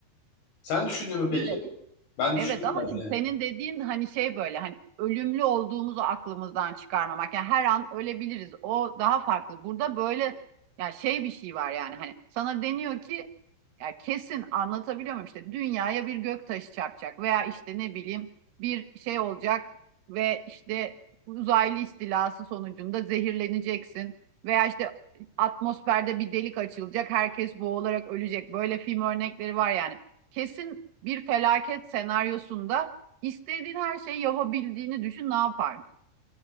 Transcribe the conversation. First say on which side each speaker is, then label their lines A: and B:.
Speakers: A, on the left (about 90°); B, on the right (about 70°).
A: Sen düşündün mü peki?
B: Evet.
A: Ben düşündüm
B: Evet ama
A: biraz
B: şimdi
A: yani.
B: senin dediğin hani şey böyle hani ölümlü olduğumuzu aklımızdan çıkarmamak. Yani her an ölebiliriz. O daha farklı. Burada böyle yani şey bir şey var yani hani sana deniyor ki ya kesin anlatabiliyor muyum işte dünyaya bir gök taşı çarpacak veya işte ne bileyim bir şey olacak ve işte uzaylı istilası sonucunda zehirleneceksin veya işte atmosferde bir delik açılacak herkes boğularak ölecek. Böyle film örnekleri var yani kesin bir felaket senaryosunda istediğin her şeyi yapabildiğini düşün ne yapardın?